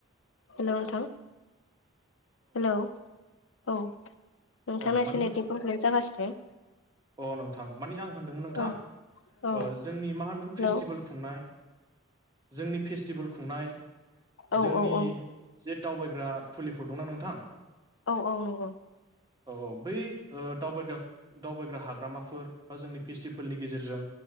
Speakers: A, on the left; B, on the right.
A: हेल' नोंथां हेल' औ नोंथाङा
B: औ मानि
A: चनेेटनि प्रब्लेम जागासिनो
B: अ नोंथां मानि आं होनदोंमोन नोंथां
A: औ औ
B: जोंनि मा होनदों
A: हेलौ
B: फेस्टिभेल खुंनाय जोंनि फेस्टिभेल खुंनाय
A: औ
B: जोंनि
A: औ औ
B: जे दावबायग्रा खुलिफोर दंना नोंथां
A: औ औ नंगौ
B: औ औ बै दावबायग्रा दावबायग्रा हाग्रामाफोर बा जोंनि फेस्टिभेलनि गेजेरजों